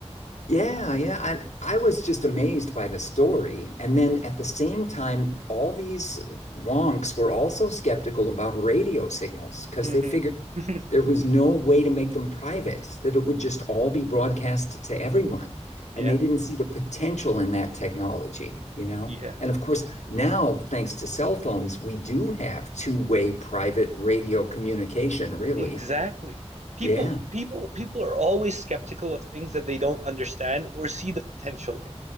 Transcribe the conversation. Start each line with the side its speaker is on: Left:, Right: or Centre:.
Left: yeah, yeah. I I was just amazed by the story. And then at the same time, all these wonks were also skeptical about radio signals because
Right: hmm
Left: they figured
Right: <laughs>
Left: there was no way to make them private, that it would just all be broadcast to everyone.
Right: Yeah,
Left: And they didn't see the potential in that technology, you know?
Right: yeah.
Left: And of course, now, thanks to cell phones, we do have two-way private radio communication, really.
Right: Exactly. People
Left: Yeah,
Right: people people are always skeptical of things that they don't understand or see the potential in.